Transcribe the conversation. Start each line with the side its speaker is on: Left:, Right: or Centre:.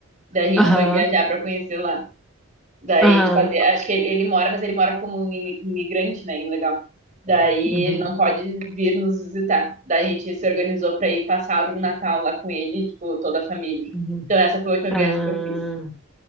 Right: Daí a gente
Centre: aham,
Right: foi viajar pra conhecer lá. Daí
Centre: aham,
Right: a gente fazia. Acho que ele, ele mora, mas ele mora como um imi- imigrante, né? Ilegal. Daí
Centre: uhum,
Right: ele não pode vir nos visitar. Daí a gente se organizou pra ir passar um Natal lá com ele, tipo, toda a família.
Centre: uhum,
Right: Então essa foi a última
Centre: ah.
Right: viagem que eu fiz.